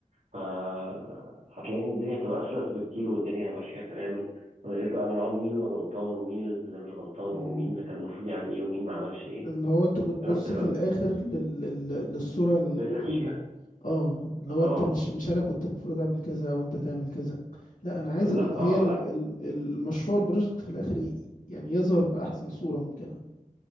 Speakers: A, on the right; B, on the left.
A: فهتلاقي ان الدنيا هتبقى اسلس بكتير والدنيا ماشيه تماما من غير بقى ما نقعد مين اللي غلطان ومين اللي مش غلطان
B: مم.
A: ومين اللي كان المفروض يعمل ايه ومين ما عملش ايه
B: اللي هو انت بتبص
A: في نفس الوقت
B: في الاخر لل... لل- للصورة العامة
A: للنتيجه
B: اه لو
A: اه
B: انت مش مش انا كنت المفروض اعمل كذا او انت تعمل كذا لا انا عايز
A: لا
B: ال...
A: اه
B: هي ال...
A: لا
B: ال- المشروع البروجكت في الاخر ي... يعني يظهر باحسن صورة ممكنة